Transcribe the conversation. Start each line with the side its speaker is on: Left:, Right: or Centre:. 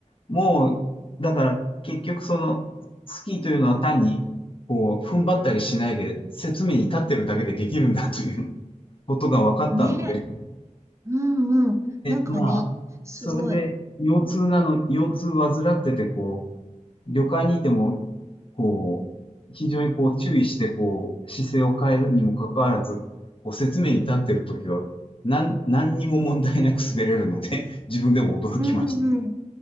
Left: もう、だから結局その、スキーというのは単に、こう、踏ん張ったりしないで、説明に立ってるだけでできるんだということが分かったので、
Right: ね、うん、うん。なんかね、
Left: まあ、
Right: すごい。
Left: それで、腰痛なの、腰痛患ってて、こう、旅館にいても、こう、非常にこう、注意して、こう、姿勢を変えるにもかかわらず、こう、説明に立ってるときは、なん、何にも問題なく滑れるので、<laughs> 自分でも驚きました。
Right: うん、うん。